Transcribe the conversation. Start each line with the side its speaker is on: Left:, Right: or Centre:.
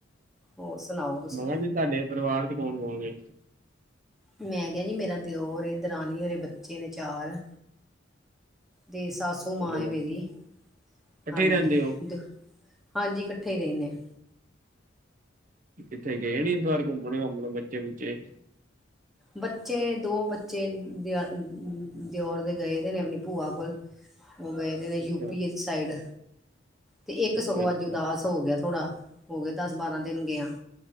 Centre: ਹੋਰ ਸੁਣਾਓ? ਤੁਸੀਂ
Right: ਮੈਂ ਕਿਆ ਜੀ ਤੁਹਾਡੇ ਪਰਿਵਾਰ ਚ ਕੌਣ-ਕੌਣ ਏ?
Centre: ਮੈਂ ਕਿਆ ਜੀ ਮੇਰਾ ਦਿਓਰ ਏ, ਦਰਾਨੀ ਏ, ਉਹਦੇ ਬੱਚੇ ਨੇ ਚਾਰ। ਤੇ ਸਾਸੂ ਮਾਂ
Right: ਮਤਲਬ
Centre: ਏ ਮੇਰੀ,
Right: ਇਕੱਠੇ
Centre: ਹਾਂਜੀ
Right: ਹੀ ਰਹਿੰਦੇ ਹੋ
Centre: ਦ ਹਾਂਜੀ ਇਕੱਠੇ ਹੀ ਰਹਿਣੇ।
Right: ਕਿੱਥੇ ਗਏ ਨੀ ਇਸ ਵਾਰ ਘੁੰਮਣ-ਘਾਮਣ ਬੱਚੇ-ਬੁੱਚੇ।
Centre: ਬੱਚੇ ਦੋ ਬੱਚੇ ਦਿੳ ਦਿਓਰ ਦੇ ਗਏ ਦੇ ਨੇ ਅਪਣੀ ਭੂਆ ਕੋਲ। ਉਹ ਗਏ ਦੇ ਨੇ ਯੂ-ਪੀ
Right: ਅੱਛਾ
Centre: ਆਲੀ ਸਾਈਡ ਤੇ ਇੱਕ
Right: ਅੱਛਾ
Centre: ਸਗੋਂ
Right: ਅੱਛਾ
Centre: ਅੱਜ ਉਦਾਸ ਹੋ ਗਿਆ ਥੋੜਾ, ਹੋ ਗਏ ਦੱਸ ਬਾਰਾਂ ਦਿਨ ਗਿਆ,